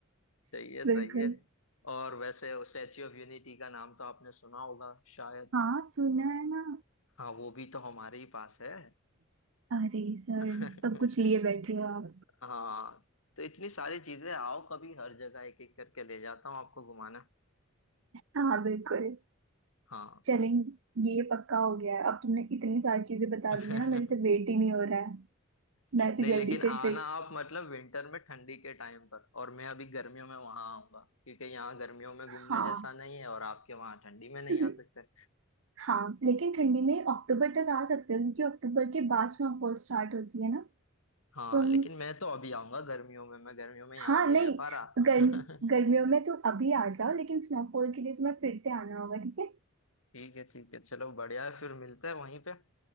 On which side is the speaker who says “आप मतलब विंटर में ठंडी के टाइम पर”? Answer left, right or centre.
Left